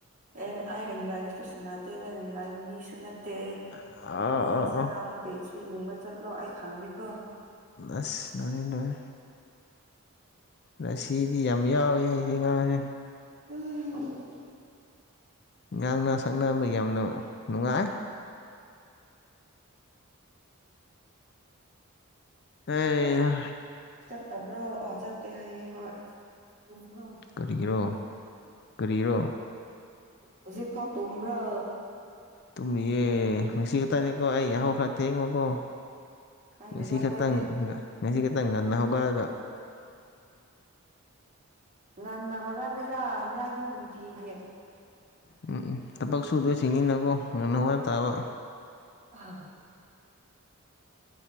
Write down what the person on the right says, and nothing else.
ꯑꯦ ꯑꯩ ꯔꯦꯡꯗꯥꯏꯗꯁꯨ ꯁꯅꯥꯗꯦ ꯔꯦꯡꯗꯥꯏꯒꯤ ꯃꯤꯁꯨ ꯅꯠ ꯇꯦ
ꯃꯣꯏ
ꯏꯟꯁꯇꯥꯒ꯭ꯔꯥꯝ
ꯄꯦꯖꯇ ꯌꯦꯡꯕ ꯆꯠꯂꯣ ꯑꯩ ꯈꯪꯗꯦꯀꯣ
ꯎꯝ
ꯇꯠꯇꯕ꯭ꯔꯣ ꯑꯣ ꯆꯥꯠꯇꯦ ꯍꯥꯏꯌꯦ ꯍꯣꯏ ꯆꯨꯝꯕꯔꯣ
ꯍꯧꯖꯤꯛ ꯐꯥꯎ ꯇꯣꯝꯕꯔ
ꯈꯪꯗꯦꯗ
ꯑꯈꯣꯏꯗꯤ
ꯉꯟꯅ ꯍꯧꯒꯠꯂꯦꯗ ꯍꯟꯗꯛꯇꯤ ꯅꯨꯡꯇꯤꯒꯤ
<unintelligible>